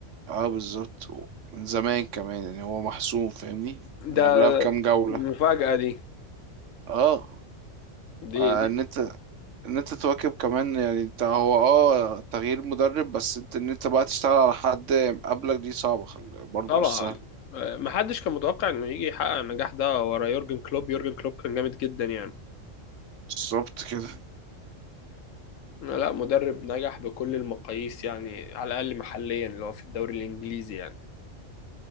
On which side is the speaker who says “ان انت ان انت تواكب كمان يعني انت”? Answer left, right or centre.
Right